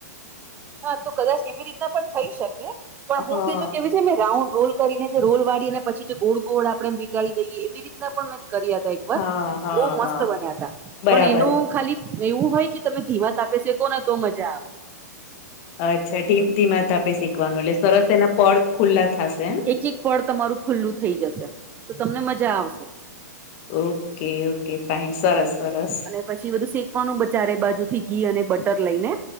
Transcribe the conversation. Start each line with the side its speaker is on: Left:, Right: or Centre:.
Right: હા તો કદાચ એવી રીતના પણ થઈ શકે પણ
Left: હા
Right: હું તે જો કેવી જેમે રાઉન્ડ રોલ કરીને જે રોલ વાળીને પછી જે ગોળ ગોળ આપણેે વ વિટળી દઈએ એવી મે પણ કર્યા તા એક વાર
Left: હા હા
Right: બહુ મસ્ત
Left: હા.
Right: બન્યા તા
Left: બરાબર
Right: પણ એનું ખાલી એવું હોય કે તમે ધીમા તાપે શેકોને તો મજા આવે.
Left: અચ્છા ધી ધીમા તાપે શેકવાનું એટલે સરસ એના પડ ખુલ્લા થાશે એમ
Right: બીજી પળ તમારું ખુલ્લું થઈ જશે તો તમને મજા આવશે
Left: ઓકે ઓકે ફાઇન સરસ સરસ
Right: અને પછી બધું શેકવાનું બચારે બાજુ થી ઘી અને બટર લઈને